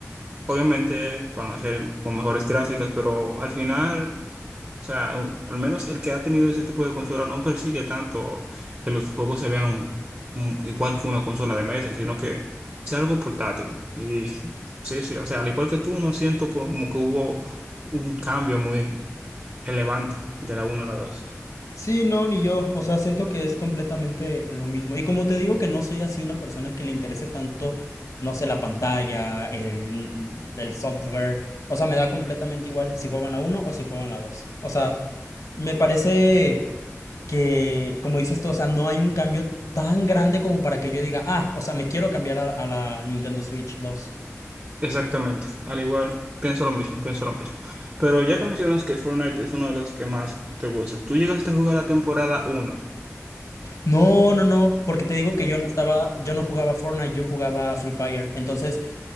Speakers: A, on the right; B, on the left.
A: Obviamente van a ser con mejores gráficas, pero al final, o sea, u- al menos el que ha tenido ese tipo de consola no persigue tanto que los juegos se vean mm, igual que una consola de mesa, sino que sea algo portátil. Y sí, sí, o sea, al igual que tú, no siento como que hubo un cambio muy elevante de la uno a la dos
B: Sí, no, ni yo. O sea, siento que es completamente lo mismo. Y como te digo que no soy así una persona que le interese tanto, no sé, la pantalla, el, el software. O sea, me da completamente igual si juegan la uno o si juegan la 2. O sea, me parece que, como dices tú, o sea, no hay un cambio tan grande como para que yo diga, ah, o sea, me quiero cambiar a, a la Nintendo Switch 2.
A: Exactamente, al igual, pienso lo mismo, pienso lo mismo. Pero ya que mencionas que Fortnite es uno de los que más te gusta, ¿tú llegaste a jugar la temporada uno
B: No, no, no, porque te digo que yo no estaba, yo no jugaba Fortnite, yo jugaba Free Fire. Entonces,